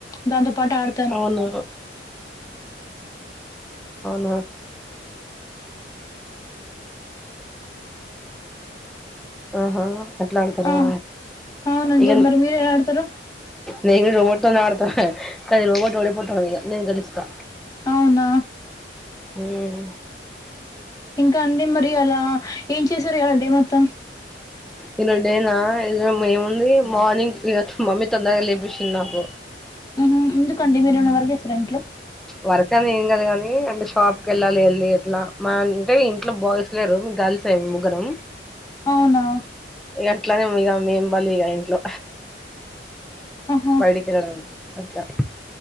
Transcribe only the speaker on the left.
దాంతో పాటు ఆడు
ఆ అవునండి
మరి మీరు ఎలా ఆడతరు
అవునా
ఇంకా అండి మరి అలా ఏం చేసారు అలా డే మొత్తం
ఉహు ఎందుకండి మీరు ఏమైనా వర్క్ చేస్తారా ఇంట్లో
అవునా
ఆహా